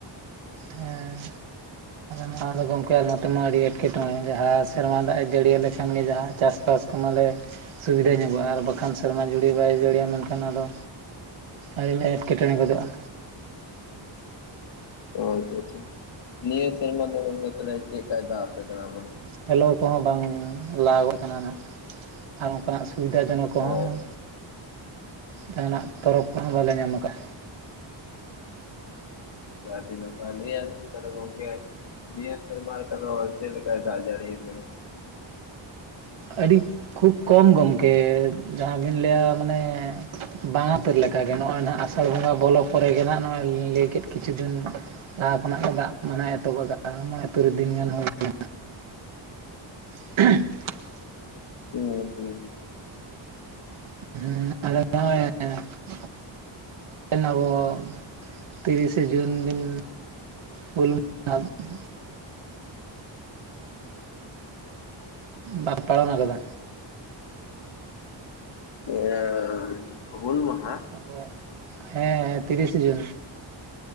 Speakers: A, on the right; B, on the left.
A: ᱦᱮᱸᱻ ᱱᱚᱣᱟᱫᱚ ᱜᱚᱢᱠᱮ ᱟᱞ ᱱᱚᱛᱢᱟ ᱟᱹᱰᱤ ᱮᱴᱠᱮᱴᱚᱬᱮ ᱡᱟᱦᱟᱸ ᱥᱮᱨᱢᱟ ᱫᱟᱜ ᱮ ᱡᱟᱹᱲᱤᱭᱟᱹᱟᱹ ᱞᱮᱠᱷᱟᱱ ᱜᱮ ᱡᱟᱦᱟᱸ ᱪᱟᱥᱵᱟᱥ ᱠᱚᱢᱟᱞᱮ ᱥᱩᱵᱤᱫᱟ ᱧᱚᱜᱚᱜᱼᱟ ᱟᱨ ᱵᱟᱠᱷᱟᱱ ᱥᱮᱨᱢᱟ ᱡᱩᱲᱤ ᱵᱟᱭ ᱡᱟᱹᱲᱤᱭᱟ ᱢᱮᱱᱠᱷᱟᱱ ᱟᱫᱚ ᱟᱰᱤ ᱞᱮ ᱮᱴᱠᱮᱴᱚᱬᱮ ᱜᱚᱫᱚᱜᱼᱟ᱾
B: ᱚ ᱟᱪᱪᱷᱟ ᱟᱪᱪᱷᱟ ᱱᱤᱭᱟᱹ ᱥᱮᱨᱢᱟ ᱫᱚ ᱪᱮᱫᱠᱟᱭ ᱫᱟᱜ ᱟᱯᱮ ᱠᱟᱱᱟ᱾
A: ᱛᱟᱠᱚᱣᱟ ᱠᱚᱦᱚᱸ ᱵᱟᱝ ᱞᱟᱜᱚᱜ ᱟᱠᱟᱱᱟ ᱱᱟᱦᱟᱜ ᱟᱨ ᱚᱱᱠᱟᱱᱟᱜ ᱥᱩᱵᱤᱫᱷᱟ ᱡᱚᱱᱚᱠ ᱠᱚᱦᱚᱸ
B: ᱚ ᱟᱪᱪᱷᱟ
A: ᱡᱟᱦᱟᱱᱟᱜ ᱛᱚᱨᱚᱯ ᱠᱚᱦᱚᱸ ᱵᱟᱞᱮ ᱧᱟᱢ ᱟᱠᱟᱫᱟ᱾
B: ᱟᱰᱤ ᱱᱟᱯᱟᱭ <inaudible> ᱛᱟᱦᱞᱮ ᱜᱚᱢᱠᱮ ᱱᱤᱭᱟᱹ ᱥᱮᱨᱢᱟ ᱞᱮᱠᱟ ᱫᱚ ᱪᱮᱫ ᱞᱮᱠᱟ ᱫᱟᱜ ᱡᱟᱹᱲᱤ ᱟᱯᱮ ᱠᱟᱱᱟ
A: ᱟᱹᱰᱤ ᱠᱷᱩᱵ ᱠᱚᱢ ᱜᱚᱢᱠᱮ ᱡᱟᱦᱟᱸ ᱵᱤᱱ ᱞᱟᱹᱭᱟ ᱢᱟᱱᱮ ᱵᱟᱝᱟ ᱩᱛᱟᱹᱨ ᱞᱮᱠᱟᱜᱮ ᱱᱚᱜᱼᱚᱭ ᱱᱟᱜ ᱟᱥᱟᱲ ᱵᱚᱸᱜᱟ ᱵᱚᱞᱚ ᱯᱚᱨᱮᱜ ᱜᱮ ᱱᱟᱦᱟᱜ ᱱᱚᱜᱼᱚᱭ ᱞᱟᱹᱭ ᱠᱮᱫ ᱠᱤᱪᱷᱩ ᱫᱤᱱ ᱞᱟᱦᱟ ᱠᱷᱚᱱᱟᱜ ᱜᱮ ᱫᱟᱜ ᱢᱟᱱᱮ ᱮᱛᱚᱦᱚᱵᱟᱜᱼᱟ ᱢᱚᱬᱮ ᱛᱩᱨᱩᱭ ᱫᱤᱱ ᱜᱟᱱ ᱦᱩᱭ ᱠᱟᱱᱟ᱾ <inaudible>
B: ᱦᱮᱸ ᱦᱩᱸ
A: ᱦᱩᱸ ᱟ <inaudible> ᱦᱮᱸ <inaudible> ᱟᱵᱚ ᱛᱤᱨᱤᱥᱮ ᱡᱩᱱ ᱫᱤᱱ ᱦᱩᱞ <inaudible> ᱵᱟ <inaudible> ᱯᱟᱞᱚᱱ ᱟᱠᱟᱫᱟ
B: ᱦᱮ <inaudible> ᱦ <inaudible> ᱦᱩᱞ ᱢᱟᱦᱟᱸ᱾
A: ᱟᱵᱚ ᱦᱮᱸᱮᱸ ᱛᱤᱨᱤᱥᱮ ᱡᱩᱱ